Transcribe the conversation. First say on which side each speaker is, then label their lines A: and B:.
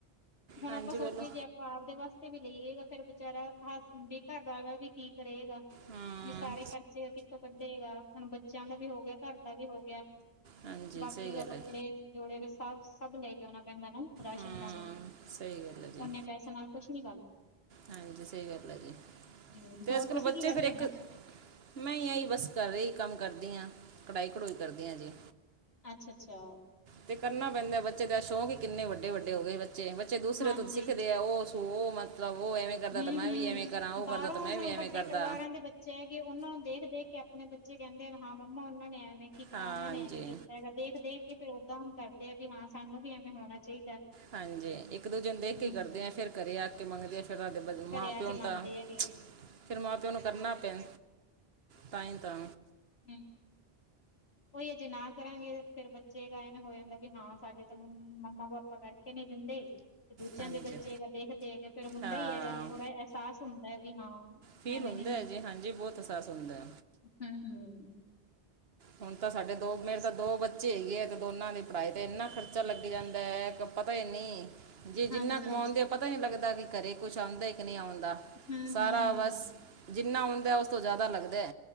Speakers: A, on the left; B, on the right.
A: ਹੁਣ
B: ਹਾਂਜੀ
A: ਆਪਾਂ ਸੋਚੀਏ
B: ਬੋਲੋ
A: ਜੇ। ਆਪਪ ਦੇ ਵਾਸਤੇ ਵੀ ਲਈਏਗਾ, ਫੇਰ ਬਾਰਾ ਹਸ ਵੀ ਘਰ ਦਾ ਵੀ ਠੀਕ ਰਹੇਗਾ,
B: ਹਮ
A: ਵੀ ਸਾਰੇ ਖਰਚੇ, ਉੱਥੋਂ ਕੱਢੇਗਾ, ਹੁਣ ਬੱਚਿਆਂ ਦਾ ਵੀ ਹੋ ਗਿਆ ਘਰ ਦਾ ਵੀ ਹੋ ਗਿਆ,
B: ਹਾਂਜੀ
A: ਬਾਕੀ
B: ਸਹੀ ਗੱਲ
A: ਦਾ ਕੱਪੜੇ
B: ਹੈ
A: ਜੋੜੇ ਸ ਸਭ ਲੈ ਕੇ ਆਣਾ ਪੈਂਦਾ, ਨਾ ਰਾਸ਼ਨ
B: ਹਮ
A: ਪਾਣੀ
B: ਸਹੀ ਗੱਲ ਹੈ ਜੀ
A: ਓਨੇ ਪੈਸੇ ਨਾਲ ਕੁਛ ਨੀ
B: ਹਾਂਜੀ ਸਹੀ ਗੱਲ ਹੈ, ਜੀ
A: ਹੂੰ
B: ਤੇ
A: ਹੋਰ
B: ਅੱਜ-ਕੱਲ੍ਹ
A: ਤੁਸੀਂ
B: ਬੱਚੇ
A: ਕੀ ਕਰਦੇ
B: ਫਿਰ ਇੱਕ
A: ਹੁੰਦੇ
B: ਮੈਂ ਆ ਹੀ ਬਸ ਕਰ ਰਹੀ ਕੰਮ ਕਰਦੀ ਹਾਂ, ਕਢਾਈ-ਕਢੂਈ ਕਰਦੀ ਹਾਂ ਜੀ।
A: ਅੱਛਾ-ਅੱਛਾ,
B: ਤੇ ਕਰਨਾ ਪੈਂਦਾ, ਬੱਚੇ ਦਾ ਸ਼ੌਂਕ ਹੀ ਕਿੰਨੇ ਵੱਡੇ-ਵੱਡੇ ਹੋ ਗਏ ਬੱਚੇ, ਦੂਸਰੇ
A: ਹਾਂਜੀ
B: ਤੋਂ ਸਿੱਖਦੇ, ਉਹ ਮਤਲਬ ਉਹ ਐਵੇਂ। ਕਰਦਾ
A: ਹੂੰ-ਹੂੰ,
B: ਤਾਂ ਮੈਂ ਵੀ ਐਵੇਂ ਕਰਾਂ ਉਹ
A: ਬਾਹਰੋਂ
B: ਕਰਦਾ ਤਾਂ ਮੈਂ
A: ਹੁਣ
B: ਵੀ ਐਵੇਂ
A: ਵੱਡੇ
B: ਕਰਦਾ
A: ਪਰਿਵਾਰਾਂ ਦੇ ਬ ਹੈਗੇ ਉਹਨਾਂ ਨੂੰ ਦੇਖ-ਦੇਖ, ਕੇ ਆਪਣੇ ਬੱਚੇ ਕਹਿੰਦੇ ਹਨ ਹਾਂ ਮੰਮਾ ਉਹਨਾਂ ਨੇ ਐਵੇਂ ਕੀਤਾ
B: ਹਾਂਜੀ
A: ਉਹਨਾਂ ਨੇ ਐਵੇਂ ਕੀਤਾ ਹੈਗਾ, ਦੇਖ-ਦੇਖ ਕੇ ਫੇਰ ਓਦਾਂ ਕਰਦੇ ਆ ਵੀ ਹਾਂ ਸਾਨੂੰ ਵੀ ਐਵੇਂ ਹੋਣਾ ਚਾਹੀਦਾ।
B: ਹਾਂਜੀ ਇੱਕ ਦੂਜਨ ਦੇਖ
A: ਹੂੰ-ਹੂੰ-ਹੂੰ
B: ਕੇ ਕਰਦੇ, ਆ ਫੇਰ ਘਰੇ ਆ ਕੇ ਮੰਗਦੇ ਆ ਫਿਰ। ਮਾਂ
A: ਘਰੇ ਆ
B: ਪਿਓ
A: ਕੇ
B: ਨੂੰ ਤਾਂ
A: ਮੰਗਦੇ ਹੈਗੇ
B: ਫਿਰ ਮਾਂ ਪਿਓ ਨੂੰ ਕਰਨਾ ਪਿਆ। ਤਾਈ ਤਾਂ,
A: ਹੂੰ, ਉਹੀ ਅਜੇ ਨਾ ਕਰਾਂਗੇ, ਫੇਰ ਬੱਚੇ ਕ ਇਹਨਾ ਹੋ ਜਾਂਦਾ ਵੀ ਹਾਂ ਸਾਡੇ ਤਾਂ ਮੰਮਾ, ਪਾਪਾ ਪ ਕਰਕੇ ਨੇ ਦਿੰਦੇ। ਦੂਜਿਆਂ
B: ਹਾਂਜੀ
A: ਦੇ ਬੱਚੇ ਹੈ ਦੇਖ- ਦੇਖ ਫੇਰ ਹੁੰਦਾ
B: ਹਾਂ
A: ਹੀ ਹੈਗਾ ਥੋੜ੍ਹਾ ਅਹਿਸਾਸ ਹੁੰਦਾ ਹੈ ਵੀ ਹਾਂ
B: ਫੀਲ
A: ਐਵੇਂ
B: ਹੁੰਦਾ
A: ਨੀ
B: ਹੈ ਜੀ। ਹਾਂਜੀ ਬਹੁਤ ਅਹਿਸਾਸ ਹੁੰਦੈ।
A: ਹਮ ਹਮ।
B: ਹੁਣ ਤਾਂ ਸਾਡੇ ਦੋ, ਮੇਰੇ ਤਾਂ ਦੋ ਬੱਚ ਚੇਗੀ ਐ ਤੇ ਦੋਨਾਂ ਨੇ ਪੜ੍ਹਾਈ ਤੇ ਇੰਨਾ ਖਰਚਾ ਲੱਗੀ ਜਾਂਦਾ ਹੈ ਕੇ ਪਤਾ ਹੀ ਨਹੀਂ। ਜੇ
A: ਹਾਂਜੀ
B: ਜਿੰਨਾ ਕਮਾਉਂਦੇ ਆ ਪਤਾ ਹੀ ਨਹੀਂ ਲੱਗਦਾ ਕਿ ਘਰੇ ਕੁਛ ਆਂਦਾ ਕਿ ਨਹੀਂ ਆਉਂਦਾ।
A: ਹੂੰ
B: ਸਾਰਾ
A: ਹੂੰ ਹੂੰ
B: ਵਸ ਜਿੰਨਾ ਓਦਾ ਉਸ ਤੋਂ ਜਾਦਾ ਲੱਗਦਾ।